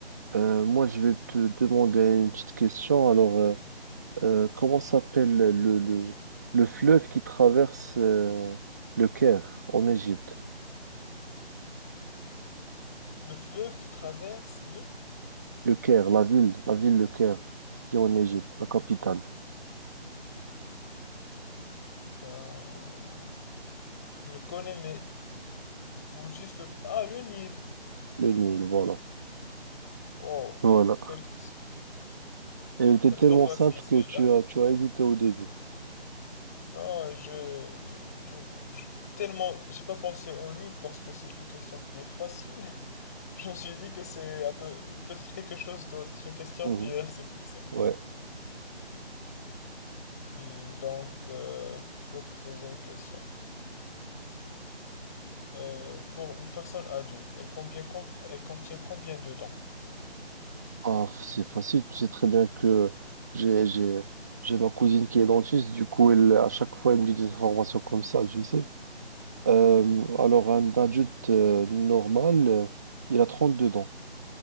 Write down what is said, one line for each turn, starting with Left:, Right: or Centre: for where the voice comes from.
Right: Euh, moi, je vais te demander une petite question. Alors, euh, euh, comment s'appelle le, le, le fleuve qui traverse euh, le Caire en Égypte?
Left: Le fleuve qui traverse le...
Right: Le Caire, la ville, la ville Le Caire qui est en Égypte, la capitale,
Left: Ben... Je le connais, mais il faut juste le... Ah, le Nil.
Right: le Nil, voilà.
Left: Wow.
Right: Voilà.
Left: Quelle question.
Right: Et elle était
Left: C'est
Right: tellement
Left: trop facile,
Right: simple
Left: celle-là.
Right: que tu as, tu as hésité au début.
Left: Non, je, je, je- Tellement... J'ai pas pensé au Nil parce que c'est une question qui est facile. Je me suis dit que c'est un peu... Peut-être quelque chose d'autre. C'est une question
Right: Mhm.
Left: piège, c'est pour ça.
Right: Ouais.
Left: Hmm, donc, euh, je vais te poser une question. Euh, pour une personne adulte, elle, combien- com- elle contient combien de dents?
Right: Ah, f- c'est facile, tu sais très bien que j'ai, j'ai, j'ai ma cousine qui est dentiste, du coup, elle, à chaque fois, elle me dit des informations comme ça, tu sais. Euh, alors, un adulte euh, normal, euh, il a 32 dents.